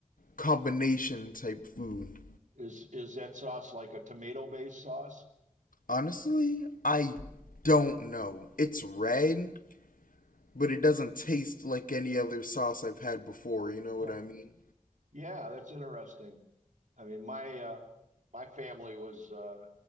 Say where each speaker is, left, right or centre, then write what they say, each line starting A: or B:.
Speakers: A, on the left (about 80°); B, on the right (about 65°).
A: combination type food.
B: Is is that sauce like a tomato-based sauce?
A: Honestly, I don't know. It's red, but it doesn't taste like any other sauce I've had before. You know what
B: Huh.
A: I mean?
B: Yeah, that's interesting. I mean, my uh, my family was uh,